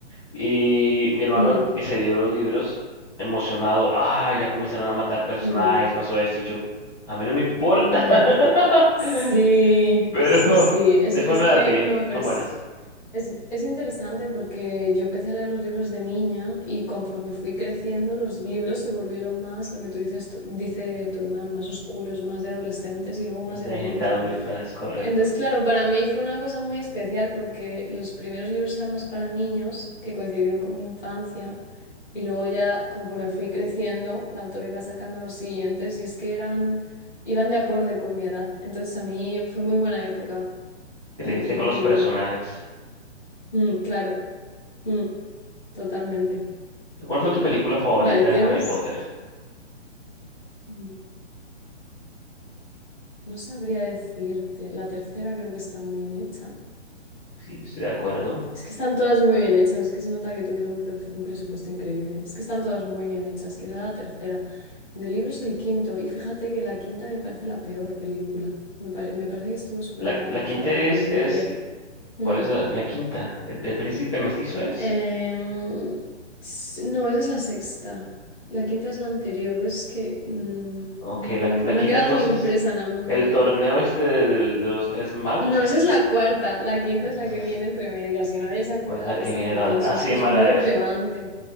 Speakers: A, on the left; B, on the left.
A: Y mi hermano
B: mm,
A: que se dio los libros, emocionado, ah, ya comenzaron a matar personajes,
B: mm,
A: pasó esto, y yo, a mí no me importa.
B: mm.
A: <laughs>
B: Sí,
A: Pero
B: sí, sí. Es,
A: después
B: es
A: me
B: que
A: las vi,
B: no, pero
A: son
B: es...
A: buenas.
B: Es, es interesante porque yo empecé a leer los libros de niña y conforme fui creciendo, los libros se volvieron más, lo que tú dices, tu- dice tu hermano, más oscuros, más de adolescentes y luego
A: Más
B: más de
A: de
B: adulto.
A: gente adulta, es correcto.
B: Entonces, claro, para mí fue una cosa muy especial porque los primeros libros eran más para niños, que coincidieron con mi infancia, y luego ya conforme fui creciendo, la autora iba sacando los siguientes y es que eran, iban de acorde con mi edad. Entonces, a mí fue muy buena época,
A: Creciste
B: me pilló
A: con
B: muy
A: los personajes.
B: bien. Mm, claro. Mm. Totalmente.
A: ¿Cuál fue tu película favorita
B: Vale, tienes,
A: de Harry Potter?
B: mm, no sabría decirte, la tercera creo que está muy bien hecha.
A: Sí, estoy de acuerdo.
B: Es que están todas muy bien hechas, es que se nota que tuvieron un, pre- un presupuesto increíble. Es que están todas muy bien hechas, quizá la tercera. De libros el quinto, y fíjate que la quinta me parece la peor película. Me, pare- me parece que estuvo súper
A: La,
B: mal adaptada
A: la quinta
B: porque
A: es,
B: en el...
A: es,
B: li- eh, mm,
A: ¿cuál es la, la quinta? ¿El, el príncipe mestizo es?
B: em, s- no, esa es la sexta. La quinta es la anterior, ¿ves? Es que mm,
A: Ok,
B: no,
A: la, la
B: no
A: quinta
B: ha quedado
A: entonces,
B: ni impresa en la memoria.
A: el torneo este de, del- de los tres magos,
B: No,
A: ¿eso
B: esa
A: es?
B: es la
A: ese?
B: cuarta. La quinta
A: Entonces,
B: es la que viene entre medias y nadie se acuerda
A: ¿cuál es la
B: de
A: que
B: esa
A: viene?
B: porque
A: La-
B: eso
A: así
B: es que
A: de
B: es
A: mala
B: muy relevante.
A: es.